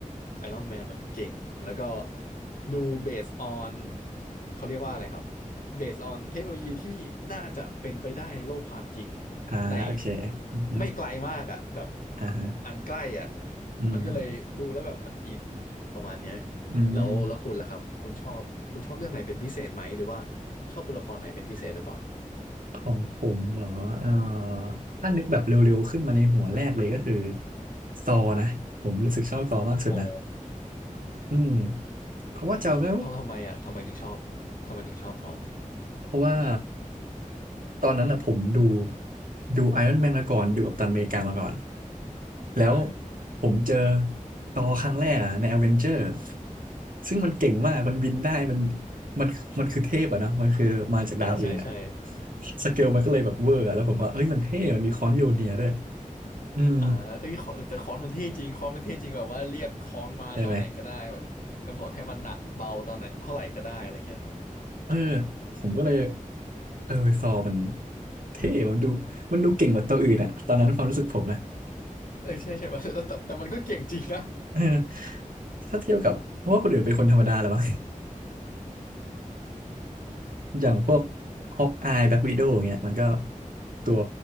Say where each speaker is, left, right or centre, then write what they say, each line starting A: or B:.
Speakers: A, on the left; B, on the right.
A: ไอรอนแมนมันเก่งแล้วก็ดูเบสออนเขาเรียกว่าอะไรครับเบสออนเทคโนโลยีที่น่าจะเป็นไปได้ในโลกความจริง
B: อ่าโอเคอือฮึ
A: ในไม่ไกลมากอ่ะแบบ
B: อ่าฮะ
A: อันใกล้อ่ะ
B: อืม
A: มันก็เลยดูแล้วแบบมันอินประมาณเนี้ย
B: อืม
A: แล้วแล้วคุณล่ะครับคุณชอบคุณชอบเรื่องไหนเป็นพิเศษไหมหรือว่าชอบตัวละครไหนเป็นพิเศษหรือเปล่า
B: ของผมเหรอเอ่อถ้านึกแบบเร็วๆ ขึ้นมาในหัวแรกเลยก็คือซอนะ ผมรู้สึกชอบซอมากสุดนะ
A: อ๋อ
B: อืมเพราะว่าจำได้ว่า
A: ทำทำไมอ่ะทำไมถึงชอบทำไมถึงชอบทอ
B: เพราะว่าตอนนั้นนะผมดูดูไอรอนแมนมาก่อนดูกัปตันอเมริกามาก่อนแล้ว
A: อ่า
B: ผมเจอซอครั้งแรกอะในอเวนเจอร์ซึ่งมันเก่งมากมันบินได้มันมันมันคือเทพอะเนาะมันคือมาจากดาวอื่นอะ
A: อ่าใช่ใช่
B: สเกลมันก็เลยแบบเวอร์อะแล้วผมก็เอ้ยมันเท่มันมีค้อนโยเนียด้วยอืม
A: อ่าเอ้ยขอแต่ค้อนมันเท่จริงค้อนมันเท่จริงแบบว่าเรียกค้อนมาตอนไหนก็ได้แบบกำหนดให้มันหนักเบาตอนไหนเท่าไหร่ก็ได้อะไรเงี้ย
B: ใช่ไหมเออผมก็เลยเออซอมันเท่มันดูมันดูเก่งกว่าตัวอื่นอะตอนนั้นความรู้สึกผมนะ
A: เออใช่ใช่ <laughs> ไหมแต่แต่แต่มันก็เก่งจริงนะ
B: เออถ้าเทียบกับ เพราะว่าคนอื่นเป็นคนธรรมดาแหละวบ้าง <laughs> อย่างพวกฮอกอายแบ็ควิโดว์เงี้ยมันก็ตัว